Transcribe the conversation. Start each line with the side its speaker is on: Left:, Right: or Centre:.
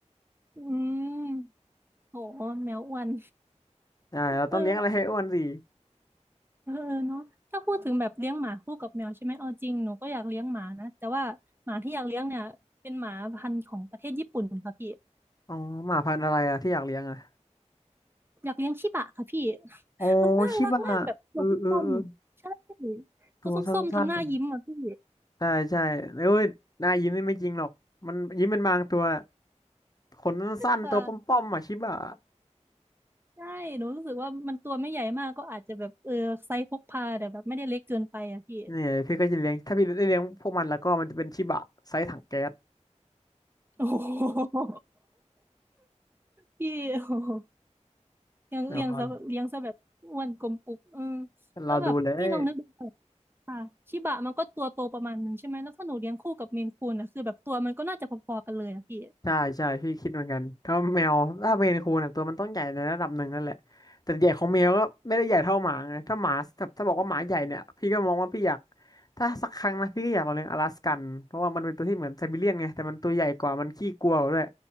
Right: อืมโหแมวอ้วน
Left: ได้เราต้องเลี้ยงอะไรให้อ้วนสิ
Right: เออ เออเออเนาะถ้าพูดถึงแบบเลี้ยงหมาคู่กับแมวใช่ไหมเอาจริงหนูก็อยากเลี้ยงหมานะแต่ว่าหมาที่อยากเลี้ยงเนี่ยเป็นหมาพันธุ์ของประเทศญี่ปุ่นค่ะพี่
Left: อ๋อหมาพันธุ์อะไรอ่ะที่อยากเลี้ยงอ่ะ
Right: อยากเลี้ยงชิบะค่ะพี่ <laughs>
Left: อ๋อชิบะ
Right: มันน่ารักมากแบบตัวส้มๆใช่
Left: เออเออเออ
Right: ตัวส้มๆทำหน้ายิ้มอ่ะพี่
Left: ตัวสั้นๆใช่ใช่เอ้ยหน้ายิ้มนี่ไม่จริงหรอกมันยิ้มเป็นบางตัวขนสั้นๆตัวป้อมๆอ่ะชิบะ
Right: เออใช่หนูรู้สึกว่ามันตัวไม่ใหญ่มากก็อาจจะแบบเออไซส์พกพาแต่แบบไม่ได้เล็กเกินไปอ่ะพี่ <laughs>
Left: เนี่ยพี่ก็จะเลี้ยงถ้าพี่ได้เลี้ยงพวกมันแล้วก็มันจะเป็นชิบะไซส์ถังแก๊ส
Right: โอ้โหพี่โอ้โหเลี้ยงเลี้ยงซะเลี้ยงซะแบบอ้วนกลมปุกเออ
Left: เดี๋ยวรอรอดูเลย
Right: แล้วแบบพี่ลองนึกดู ค่ะชิบะมันก็ตัวโตประมาณหนึ่งใช่ไหมแล้วถ้าหนูเลี้ยงคู่กับเมนคูนอ่ะคือแบบตัวมันก็น่าจะพอๆกันเลยอะพี่
Left: ใช่ใช่พี่คิดเหมือนกันถ้าแมวถ้าเมนคูนอ่ะตัวมันต้องใหญ่ในระดับหนึ่งนั่นแหละแต่ใหญ่ของแมวก็ไม่ได้ใหญ่เท่าหมาไงถ้าหมาถ้าถ้าบอกว่าหมาใหญ่เนี่ยพี่ก็มองว่าพี่อยากถ้าสักครั้งนะพี่ก็อยากลองเลี้ยงอลาสกันเพราะว่ามันเป็นตัวที่เหมือนไซบีเรียนไงแต่มันตัวใหญ่กว่ามันขี้กลัวกว่าด้วย